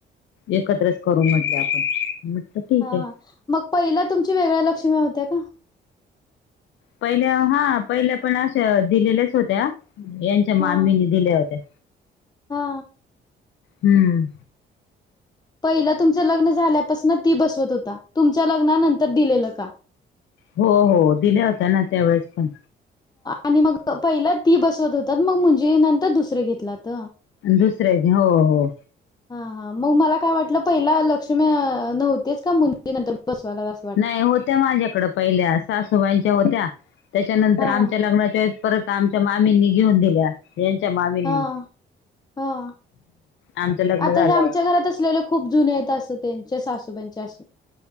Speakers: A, on the left; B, on the left.
A: एकत्रच करू म्हटलं मी आपण म म्हटलं ठीक
B: हा
A: आहे
B: हा मग पहिल्या तुमच्या वेगळ्या लक्ष्म्या होत्या काय?
A: पहिले हा पहिले पण अश्या दिलेल्याच होत्या यांच्या मामीने
B: हा
A: दिल्या होत्या.
B: हा.
A: हम्म.
B: पहिलं तुमचं लग्न झाल्यापासन ती बसवत होता तुमच्या लग्नानंतर दिलेलं का?
A: हो हो दिल्या होत्या ना त्यावेेळेस पण.
B: आणि मग पहिला ती बसवत होतात मग मुंज नंतर दुसरं घेतल्यात?
A: दुसऱ्या हो हो.
B: हा हा मग मला काय वाटलं पहिला लक्ष्मी नव्हत्याच का <unintelligible> म्हणजे नंतर बसवाला अस.
A: नाही होत्या माझ्याकडं पहिल्या सासूबाईंच्या होत्या त्याच्यानंतर
B: हां
A: आमच्या लग्नाच्या वेळेस परत आमच्या मामींनी घेऊन दिल्या यांच्या मामींनी
B: हां हां
A: आमचं लग्न
B: आता
A: झाल्यावर
B: हे आमच्या घरात असलेले खूप जुने आहेतेत असं त्यांचे सासूब्यांचे असे